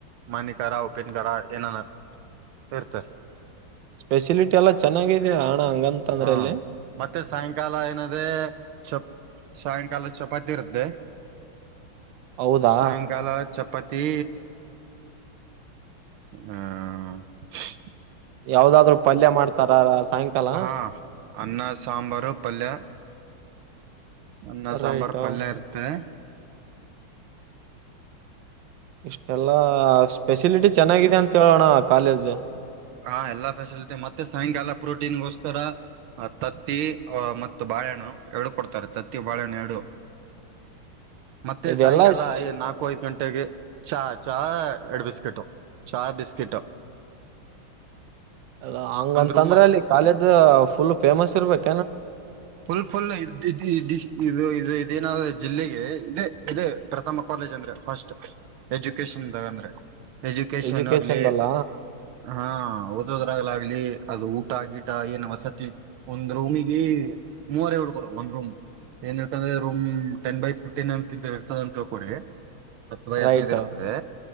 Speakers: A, on the right; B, on the right.
A: ಮಾನ್ಯಿಕರ ಉಪ್ಪಿನಕಾರರ ಏನಾನ ಇರ್ತ
B: ಸ್ಪೆಷಿಲಿಟಿ ಎಲ್ಲ ಚೆನ್ನಾಗಿದೆ ಅಣ್ಣ ಹಂಗಂತ ಅಂದ್ರಲ್ಲಿ
A: ಹಾ ಮತ್ತೆ ಸಾಯಂಕಾಲ ಏನದೇ ಚ ಸಾಯಂಕಾಲ ಚಪಾತಿ ಇರುತ್ತೆ
B: ಹೌದಾ
A: ಸಾಯಂಕಾಲ ಚಪಾತಿ ಹ್ಮ್
B: ಯಾವ್ದಾದ್ರು ಪಲ್ಯ ಮಾಡ್ತಾರಾರ ಸಾಯಂಕಾಲ
A: ಹಾ ಅನ್ನ ಸಾಂಬಾರು ಪಲ್ಯ ಅನ್ನ ಸಾಂಬಾರ್ು
B: ರೈಟ್
A: ಪಲ್ಯ ಇರುತ್ತೆ
B: ಇಷ್ಟೆಲ್ಲಾ ಫೆಸಿಲಿಟಿ ಚೆನ್ನಾಗಿದೆ ಅಂತ ಕೇಳೋಣ ಕಾಲೇಜು
A: ಹಾ ಎಲ್ಲಾ ಫ್ಯಸಿಲಿಟಿ ಮತ್ತೆ ಸಾಯಂಕಾಲ ಪ್ರೋಟೀನ್ಗೋಸ್ಕರ ತತ್ತಿ ಅ ಮತ್ತು ಬಾಳಹಣ್ಣು ಎರಡು ಕೊಡ್ತಾರೆ ತತ್ತಿ ಬಾಳೆಹಣ್ಣ ಎರಡು ಮತ್ತೆ
B: ಇದೆಲ್ಲ
A: ಸಾಯಂಕಾಲ
B: ಸಿ-
A: ಐ ನಾಲ್ಕು ಐದು ಗಂಟೆಗೆ ಚಾ ಚಾ ಎರಡು ಬಿಸ್ಕಟು ಚಾ ಬಿಸ್ಕಿಟ
B: ಅಲ್ಲ ಹಂಗಂತಂದ್ರೆ
A: ರೂಮ್
B: ಅಲ್ಲಿ ಕಾಲೇಜ್ ಫುಲ್ ಫೇಮಸ್ ಇರ್ಬೇಕು
A: ಫುಲ್ ಫುಲ್ ಇದು ಇದು ಇದೇನಾದ ಜಿಲ್ಲೆಗೆ ಇದೇ ಇದೇ ಪ್ರಥಮ ಕಾಲೇಜ್ ಅಂದ್ರೆ ಫಸ್ಟ್ ಎಜುಕೇಶನ್ಾಗ ಅಂದ್ರೆ ಎಜುಕೇಶನ್
B: ಎಜುಕೇಶನ್ದಲ್ಲ
A: ಆಗ್ಲಿ ಹಾ ಓದೋದ್ರಾಗ್ಲ ಆಗ್ಲಿ ಅದು ಗಟ ಗಿಟ ಏನು ವಸತಿ ಒಂದ್ ರೂಮಿಗೆ ಮೂವರ ಹುಡುಗರು ಒಂದ್ ರೂಮ್ ಏನ್ ಇರ್ತಂದ್ರೆ ರೂಮ್ ಟೆನ್ ಬೈ ಫಿಫ್ಟೀನ್ ಅಂತ ತಿಂತ ಇರ್ತದ ಅಂತ ಕೇಳ್ಕೋ್ರಿ ಹತ್ತು ಬೈ ಹದ್ನೈದ್
B: ರೈಟ್
A: ಇರ್ತದೆ